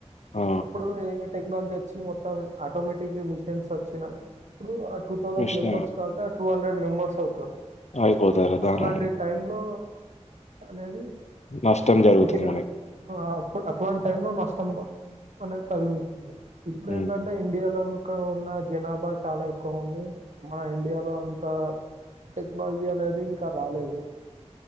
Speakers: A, on the left; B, on the right.
A: ఆ!
B: అప్పుడు ఏ టెక్నాలజీ వచ్చి మొత్తం ఆటోమేటిక్ మచ్ టెమ్స్ వచ్చిన ఇప్పుడు టూ థౌసండ్
A: కృష్ణ
B: మెంబస్ కాక టూం మెంబర్స్ అవుతారు
A: అయిపోతారు. దాని
B: అట్లాంటి టై లో అనేది
A: నష్టం జరుగుతుంది
B: పుట్టిగా
A: మనకి.
B: ఇప్పుడు అట్లాంటి టై లో నష్టం అనే కలుగుతుంది ఇప్పుడు
A: హ్మ్.
B: ఏందంటే ఇండియాలో ఉన్న జనాభా చాలా ఎక్కువ ఉంది మన ఇండియాలో అంత టెక్నాలజీ అనేది ఇంకా రాలేదు